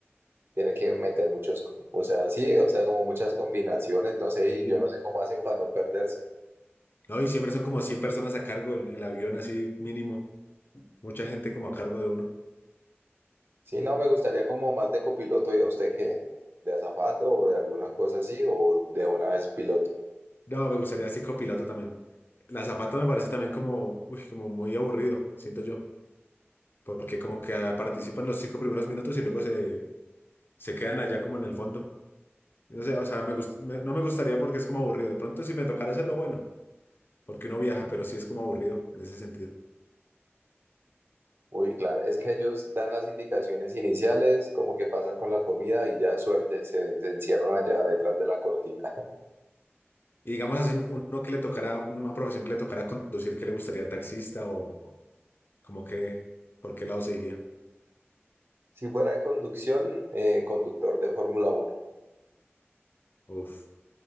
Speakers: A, on the right; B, on the left.
A: Tienen que meter muchos, o sea, sí, o sea, como muchas combinaciones, no sé,
B: Sí.
A: y yo no sé cómo hacen para no perderse.
B: No, y siempre son como 100 personas a cargo el, el avión así mínimo. Mucha gente como a cargo de uno.
A: Sí, no, me gustaría como más de copiloto y a usted que de azafato o de alguna cosa así, o de una vez piloto.
B: No, me gustaría así copiloto también. La zapata me parece también como, uy, como muy aburrido, siento yo. Porque como que ah, participan los cinco primeros minutos y luego se, se quedan allá como en el fondo. No sé, o sea, me gust- me- no me gustaría porque es como aburrido. De pronto si me tocara hacerlo, bueno, porque uno viaja, pero sí es como aburrido en ese sentido.
A: Uy, claro, es que ellos dan las indicaciones iniciales, como que pasan con la comida y ya suerte, se, se encierran allá detrás de la cortina. <laughs>
B: Y digamos así, un- uno que le tocara, una profesión que le tocara conducir, qué le gustaría taxista o, o como que, ¿por qué lado se iría?
A: Si fuera de conducción, eh, conductor de Fórmula uno,
B: Uf,